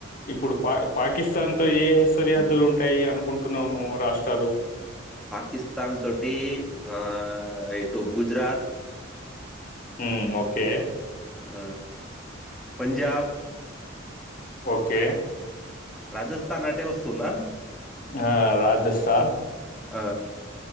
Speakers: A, on the left; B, in the centre.
A: ఇప్పుడు పా పాకిస్తాన్ తో ఏ సరిహద్దులు ఉంటాయి అనుకుంటున్నావు నువ్వు రాష్ట్రాలు
B: పాకిస్తాన్ తోటి ఆ ఆ ఎటు గుజరాత్
A: మ్ ఓకే
B: ఆ పంజాబ్
A: ఓకే
B: రాజస్థాన్ అంటే వస్తుంద
A: ఆ రాజస్థాన్
B: ఆ